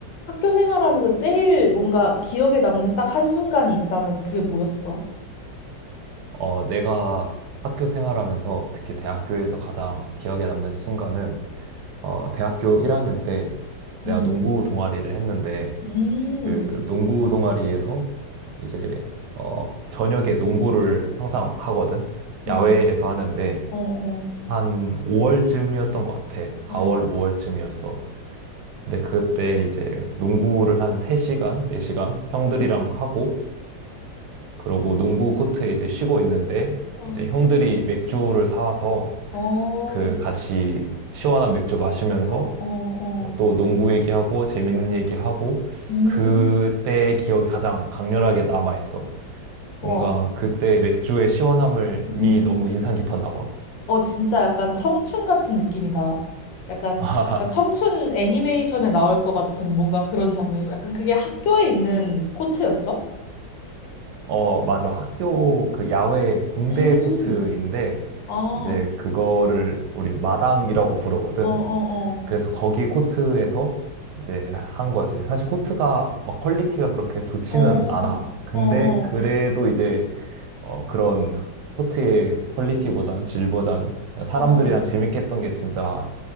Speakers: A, on the left (about 85°); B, on the right (about 75°).
A: 학교 생활하면서 제일 뭔가 기억에 남는 딱 한순간이 있다면 그게 뭐였어?
B: 어, 내가 학교 생활하면서 특히 대학교에서 가장 기억에 남는 순간은 어, 대학교 1학년 때 내가
A: 음.
B: 농구 동아리를 했는데
A: 음.
B: 그 농구 동아리에서 이제 어, 저녁에 농구를 항상 하거든.
A: 어,
B: 야외에서 하는데
A: 어, 어,
B: 한 5월쯤이었던 것 같아. 4월,
A: 어. 음.
B: 5월쯤이었어. 근데 그때 이제 농구를 한 3시간, 4시간 형들이랑 하고 그러고 농구 코트에 이제 쉬고 있는데
A: 어,
B: 이제 형들이 맥주를 사와서
A: 어,
B: 그 같이 시원한 맥주 마시면서
A: 어, 어. 어.
B: 어, 또 농구 얘기하고 재밌는 얘기하고
A: 음.
B: 그때의 기억이 가장 강렬하게 남아 있어.
A: 와.
B: 뭔가 그때 맥주의 시원함이
A: 음.
B: 너무 인상 깊었나 봐.
A: 어, 진짜 약간 청춘 같은 느낌이다. 약간
B: <laughs> 아,
A: 약간 청춘 애니메이션에 나올 것 같은 뭔가 그런 장면이고 약간 그게 학교에 있는 코트였어?
B: 어, 맞아. 학교 그 야외 공대
A: 음.
B: 코트인데
A: 아. 어,
B: 이제 그거를 우리 마당이라고 부르거든.
A: 어, 어.
B: 그래서 거기 코트에서 이제 한 거지. 사실 코트가 막 퀄리티가 그렇게 좋지는
A: 어.
B: 않아. 근데
A: 어, 어,
B: 그래도 이제 어 그런 코트의 퀄리티보단 질보다는 그냥 사람들이랑
A: 어, 어.
B: 재밌게 했던 게 진짜